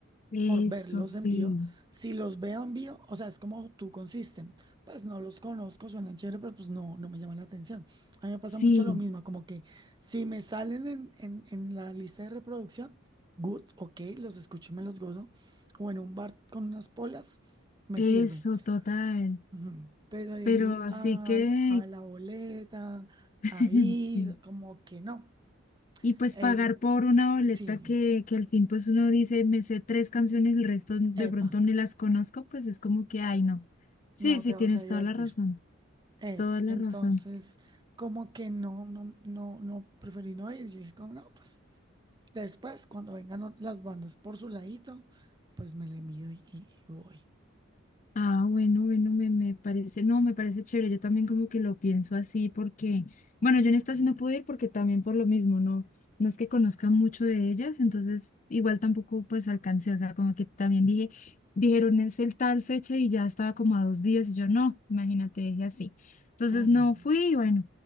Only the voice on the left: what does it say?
Eso
sí.
Sí,
eso,
total.
Pero así
que...
<laughs>
sí.
Y pues
pagar por una boleta
que, que al fin pues uno dice, me sé tres canciones, el resto de
pronto ni las conozco, pues es como que, ay, no. Sí,
sí,
tienes
toda la razón,
toda la
razón.
Ah, bueno, bueno, me, me parece, no, me parece chévere, yo también como que lo pienso así porque, bueno, yo en esta sí no puedo ir porque también por lo mismo, no, no es que conozca mucho de ellas, entonces igual tampoco pues alcancé, o sea, como que también dije, dijeron es el tal fecha y ya estaba como a dos días, y yo no, imagínate, dije así, entonces
no
fui, y bueno,